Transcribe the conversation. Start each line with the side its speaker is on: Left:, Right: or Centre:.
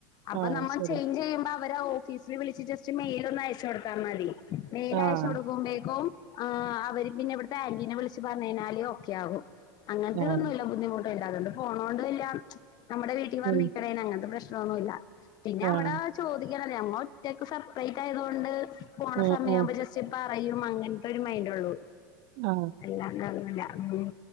Left: അപ്പൊ
Right: ആഹ്
Left: നമ്മൾ
Right: ശരി.
Left: ചേഞ്ച് ചെയ്യുമ്പ അവരാ ഓഫീസിൽ വിളിച്ച് ജസ്റ്റ് മെയിൽ ഒന്നയച്ചു കൊടുത്താ മതി. മെയിൽ
Right: ആഹ്
Left: അയച്ച് കൊടുക്കുമ്പേക്കും ആ അവര് പിന്നെ ഇവിടുത്തെ ആന്റീനെ വിളിച്ച് പറഞ്ഞു കഴിഞ്ഞാല് ഓക്കെ ആകും. അങ്ങനത്തെതൊന്നുമി
Right: ആഹ്
Left: ല്ല ബുദ്ധിമുട്ട്. ക്കെണ്ട്, അതൊണ്ട് പോണോണ്ടുവില്ല, നമ്മുടെ വീട്ടിൽ
Right: ഉം.
Left: വന്നിക്കണെന് അങ്ങനത്തെ പ്രശ്നൊന്നുവില്ല. പിന്നെ
Right: ആഹ്
Left: അവിടെ ചോദിക്കാനില്ലേ, ഞങ്ങ ഒറ്റക്ക് സെപ്പറേറ്റ് ആയതോണ്ട് പോണ
Right: ഉം
Left: സമയാവുമ്പോ
Right: ഉം.
Left: ജസ്റ്റ് പറയും. അങ്ങനത്തെ ഒരു മൈൻഡോള്ളൂ.
Right: ആ
Left: അല്ല അങ്ങനൊന്നുമില്ല. ഉം,